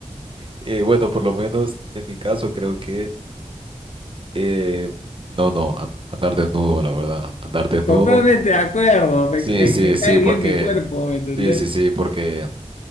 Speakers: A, on the right; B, on the left.
A: eh, bueno, por lo menos en mi caso creo que, eh, no, no, an- andar desnudo, la verdad, andar desnudo.
B: Totalmente de acuerdo, me,
A: Sí,
B: me-
A: sí,
B: me
A: sí,
B: cae
A: porque,
B: bien mi cuerpo, ¿me entendés?
A: sí, sí, sí, porque